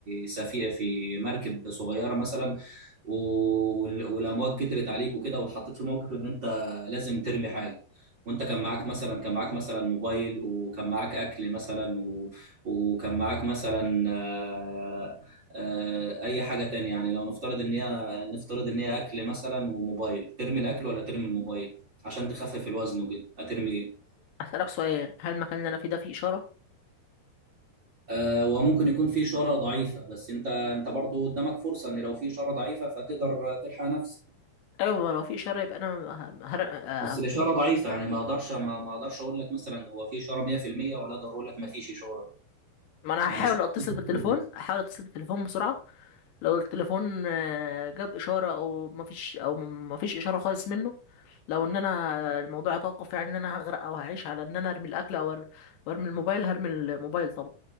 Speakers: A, on the right; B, on the left.
A: سفينه في مركب صغيره مثلا و- وال- والامواج كترت عليك وكده واتحطيت في موقف ان انت لازم ترمي حاجه وانت كان معاك مثلا كان معاك مثلا موبايل وكان معاك اكل مثلا و... وكان معاك مثلا آه، آه، اي حاجه تانية يعني لو نفترض ان هي نفترض ان هي اكل مثلا وموبايل ترمي الاكل ولا ترمي الموبايل عشان تخفف الوزن وكده هترمي ايه
B: أتلاقص إيه هل مكان اللي أنا في ده في شراء؟
A: آه، وممكن يكون في اشاره ضعيفه بس انت انت برضو قدامك فرصه ان لو في اشاره ضعيفه فتقدر تلحق نفسك
B: أيوة وفي شراء ب أنا ه- هر
A: بس الاشاره
B: م
A: ضعيفه يعني ما اقدرش ما ما اقدرش اقول لك مثلا هو في اشاره 100% ولا اقدر اقول لك ما فيش اشاره
B: أنا
A: يعني
B: حاول
A: اشاره
B: أتصل بالtelephone حاول أتصل بالtelephone بسرعة لو التليفون آه، جاب اشاره او مفيش او م- مفيش اشاره خالص منه لو ان انا الموضوع يتوقف يعني ان انا هغرق او هعيش على ان انا ارمي الاكل او أر- وارمي الموبايل هرمي الموبايل طبعا